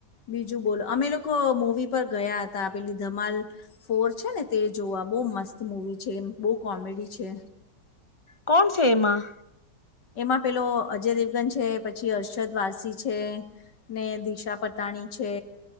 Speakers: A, on the left; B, on the left.
A: બીજું બોલો અમે લોકો મુવી પર ગયા હતા પેલી ધમાલ ફોર છે ને તે જોવા બહુ મસ્ત મુવી છે બહુ કોમેડી છે
B: કોણ છે એમાં
A: એમાં પેલો અજય દેવગન છે પછી અર્ષદ વારસી છે ને દિશા પતાણી છે